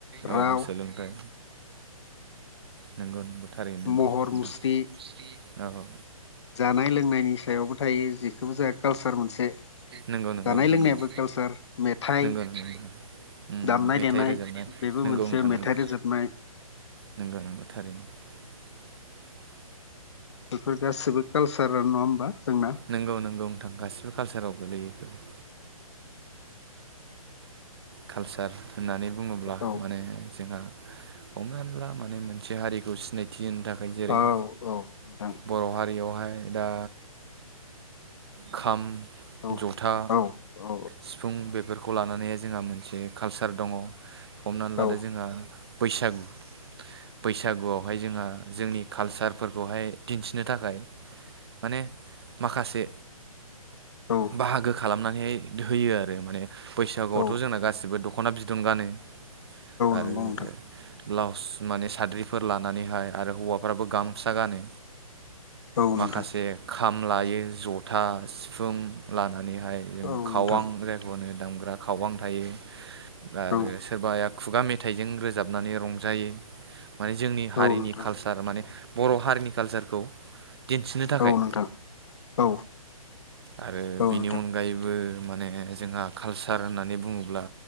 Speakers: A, on the right; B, on the left.
A: औ
B: राव
A: सोलोंथाइ नंगौ नंगौ। थारैनो नंगौ
B: महर मुस्रि
A: नोंथां औ औ।
B: जानाय लोंनायनि सायावबो थायो जेखौबो जोंहा कालसार मोनसे
A: नंगौ नंगौ
B: जानाय
A: नोंथां
B: लोंनायाबो
A: नंगौ
B: कालसार मेथाइ
A: नंगौ नोंथां। ओम
B: दामनाय
A: मेथाइ
B: देनाय
A: रोजाबनाय
B: बेबो
A: नंगौ
B: मोनसे
A: नोंथां
B: मेथाइ
A: नंगौ
B: रोजाबनाय
A: नंगौ नंगौ थारैनो। नो <unintelligible>
B: बेफोर गासिबो कालसारानो नङा होमबा जोंना
A: नंगौ नंगौ नोंथां गासिबो कालसाराव गोलैयो बेफोर। कालसार होननानै बुङोब्ला
B: औ
A: माने जोंहा हमनानै ला माने मोनसे हारिखौ सिनायथि होनो थाखाय जेरै
B: औ औ नोंथां
A: बर' हारियावहाय ओमफ्राय दा खाम
B: औ
A: जथा,
B: औ औ
A: सिफुं बेफोरखौ लानानै जोंहा मोनसे कालचार दङ हमनानै लादो
B: औ
A: जोंहा बैसागु। बैसागुआवहाय जोंहा जोंनि कालचारफोरखौहाय दिन्थिनो थाखाय माने माखासे
B: औ
A: बाहागो खालामनानैहाय होयो आरो माने बैसागुआवथ'
B: औ
A: जोंना गासिबो दख'ना बिदन गानो आरो
B: नंगौ नोंथां
A: ब्लाउस माने साद्रिफोर लानानैहाय आरो हौवाफ्राबो गामसा गानो।
B: औ
A: माखासे
B: नोंथां
A: खाम लायो, जथा, सिफुं लानानै बेहाय जेनबा
B: औ
A: खावां
B: नोंथां
A: जायखौनो दामग्रा खावां थायो ओमफ्राय आरो
B: औ
A: सोरबाया खुगा मेथाइजों रोजाबनानै रंजायो। माने जोंनि
B: औ
A: हारिनि
B: नोंथां
A: कालसार माने बर' हारिनि कालसारखौ दिन्थिनो थाखाय
B: औ नोंथां औ
A: आरो
B: औ
A: बेनि
B: नोंथां
A: अनगायैबो माने जोंहा कालसार होननानै बुङोब्ला